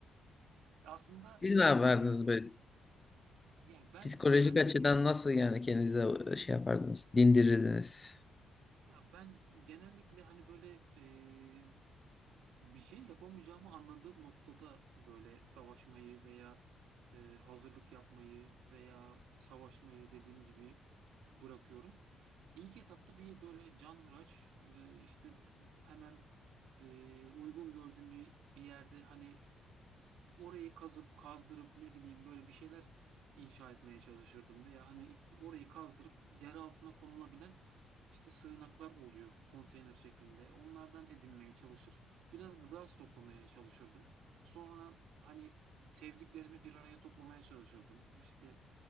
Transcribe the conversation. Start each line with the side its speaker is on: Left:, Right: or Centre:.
Right: Aslında
Left: Siz ne yapardınız
Right: bu da bir yöntem.
Left: böyle?
Right: Yani ben
Left: Psikolojik
Right: ben
Left: açıdan
Right: dediğim gibi
Left: nasıl yani kendinize şey yapardınız? Dindirirdiniz.
Right: Ya ben genellikle hani böyle eee, bir şey yapamayacağımı anladığım noktada böyle savaşmayı veya eee, hazırlık yapmayı veya savaşmayı dediğim gibi bırakıyorum. İlk etapta bir böyle canhıraç eee, işte hemen eee, uygun gördüğüm bir bir yerde hani Orayı kazıp kazdırıp ne bileyim böyle bir şeyler inşa etmeye çalışırdım veya hani iç- orayı kazdırıp yer altına konulabilen işte sığınaklar oluyor konteyner şeklinde. Onlardan edinmeye çalışır. Biraz gıda stoklamaya çalışırdım. Sonra hani sevdiklerimi bir araya toplamaya çalışırdım. İşte